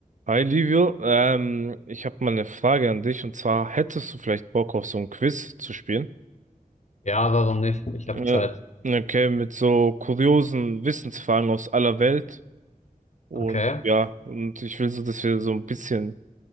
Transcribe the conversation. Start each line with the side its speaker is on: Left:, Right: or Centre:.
Right: Hi Livio, ähm, ich habe mal eine Frage an dich und zwar hättest du vielleicht Bock auf so ein Quiz zu spielen?
Left: Ja, warum nicht? Ich
Right: Äh,
Left: habe Zeit.
Right: okay, mit so kuriosen Wissensfragen aus aller Welt und
Left: Okay,
Right: ja, und ich will so, dass wir so ein bisschen